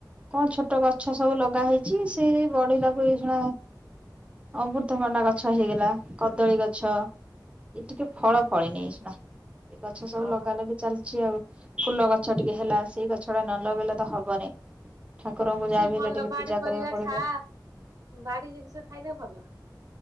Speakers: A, on the right (about 15°); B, on the right (about 50°).
A: କଣ ଛୋ ଟ ଗଛ ସବୁ ଲଗା ହେଇ ଚି ସେ ବଢିଲାକୁ ଏ ଖେନା ଅମୃତମାଣ୍ଡ ଗଛ ହେଇଗଲା କଦଳୀ ଗଛ ଏ ଟିକେ ଫଳ ଫଳିନି ସେଡା ଏଇ ଗଛ ସବୁ
B: ଓହୋ
A: ଲଗାଲଗି ଚାଲି ଚି ଆଉ ଫୁଲ ଗଛ ଟିକେ ହେଲା ସେଇ ଗଛଟା ନ ଲଗେଇଲେ ତ ହବନି। ଠାକୁରଙ୍କୁ ଯାହା
B: ସେ
A: ବି
B: ଭଲ
A: ହେଲେ ଟିକେ
B: ବାଡି
A: ପୂଜା କରିବାକୁ
B: ପରିବା
A: ପଡିବ
B: ଖା ବାଡି ଜିନିଷ ଖାଇଲେ ଭଲ।